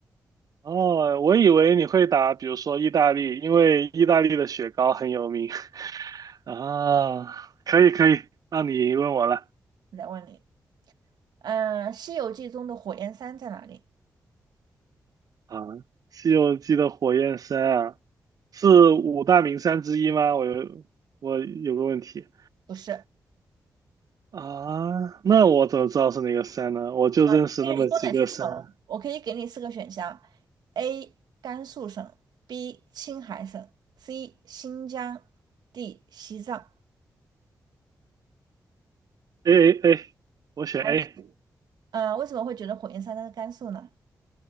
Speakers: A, on the right; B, on the right.
A: 哦，我以为你会答，比如说意大利，因为意大利的雪糕很有名。啊，可以可以，那你问我了
B: 我再问你，嗯、西游记》中的火焰山在哪里？
A: 啊，《西游记》的火焰山啊，是五大名山之一吗？我有我有个问题
B: 不是。
A: 啊，那我怎么知道是哪个山呢？我就认识那么几个山
B: 可以说哪些省？我可以给你四个选项：A. 甘肃省，B. 青海省，C. 新疆，D. 西藏。
A: ，A A A，我选
B: 甘肃。
A: A，
B: 呃，为什么会觉得火焰山在甘肃呢？